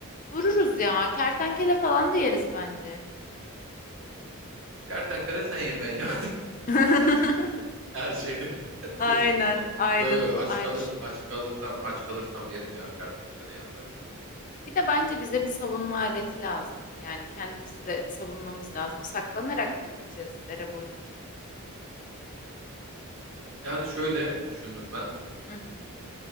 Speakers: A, on the left (about 35°); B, on the right (about 60°).
A: Vururuz ya, kertenkele falan da yeriz bence.
B: Kertenkele sen ye ben ye.
A: <laughs>
B: <laughs> Her şeyde <laughs> seni
A: Aynen,
B: suçlu.
A: ayrı
B: Yo yo aç
A: ayrışıyor.
B: kalır aç kalırsam aç kalırsam yerim ya kertenkele yenmez mi?
A: Bir de bence bize bir savunma aleti lazım. Yani kendimizi de savunmamız lazım. Saklanarak mı gideceğiz dere boyunca?
B: Yani şöyle düşündüm ben.
A: Hı hı.